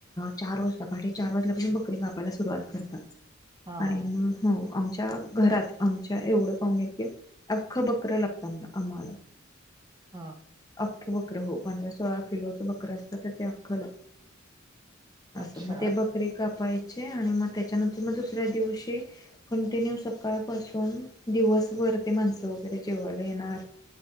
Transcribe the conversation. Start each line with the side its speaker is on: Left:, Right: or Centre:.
Left: चार वाजता पाठी चार वाजल्यापासून बकरी कापायला सुरुवात करत
Right: हा
Left: आणिग हो आमच्या घात आमच्या एवढणी अख्ख बकर लागत आम्हाला
Right: हा
Left: अख्खे बकर हो पंधरा सोळा किलोच बकर असत तर ते आ्हाला
Right: अच्छा.
Left: अस मग ते बकरी कापायची आणि मग त्याच्यानंतर मग दुसऱ्या दिवशी कंटिन्यू सकाळ पासून दिवसभर माणस वगैरे जेवाला येणार